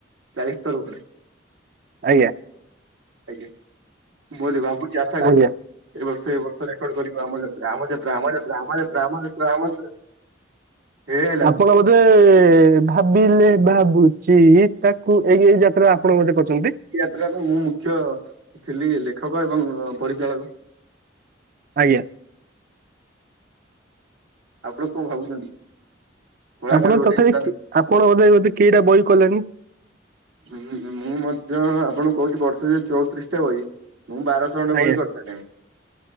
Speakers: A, on the right; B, on the right.
A: ଚାଳିଶ ଥର ପଡେ
B: ଆଜ୍ଞା।
A: ଆଜ୍ଞା। ମୁଁ ଭାବୁଛି ଆଶା
B: ଆଜ୍ଞା
A: କରୁଛି ଏ ବର୍ଷ ଏ ବର୍ଷ ରେକର୍ଡ କରିବ ଆମ ଯାତ୍ରା ଆମ ଯାତ୍ରା ଆମ ଯାତ୍ରା। ଆମ ଯାତ୍ରା ଆମ ଯାତ୍ରା ଆମ ଯାତ୍ରା ହେଇ ହେଇ ଆଇଲା।
B: କଣ ବୋଧେ ଭାବିଲେ ଭାବୁଛି ତାକୁ ଏଇ ଯା ତ୍ରା ଆପଣ ଗୋଟେ କହୁଛନ୍ତି।
A: ଏଟା ତ ମୁଁ ମୁଖ୍ୟ ଥିଲି ଲେଖକ ଏବଂ ପରିଚାଳକ।
B: ଆଜ୍ଞା।
A: ଆପଣ କଣ ଭାବୁଛନ୍ତି କଳାକାର
B: ଆପଣ
A: ଗୋଟେ
B: ତଥାପି
A: ତାର
B: ଆପଣ ବୋଧେ କେଇଟା ବହି କଲେଣି?
A: ହୁଁ ମୁଁ ମଧ୍ୟ ଆପଣଙ୍କୁ କହୁଛି ବର୍ଷ ଚଉତିରିଶ ବହି ମୁଁ ବାରଶ ଖଣ୍ଡେ
B: ଆଜ୍ଞା
A: ବହି କରି ସାରିଲିଣି।